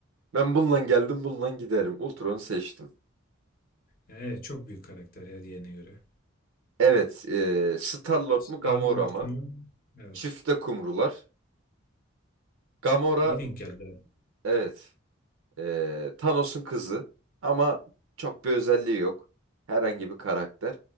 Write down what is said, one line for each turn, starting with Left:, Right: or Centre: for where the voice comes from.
Right: Ben bununla geldim, bununla giderim. Ultron'u seçtim.
Left: evet çok büyük karakter ya diğerine göre.
Right: Evet, e, Star-Lord
Left: Star-Lord
Right: mu Gamora mı?
Left: mu? Evet.
Right: Çifte kumrular. Gamora,
Left: İyi denk geldi.
Right: evet, e, Thanos'un kızı ama çok bir özelliği yok. Herhangi bir karakter.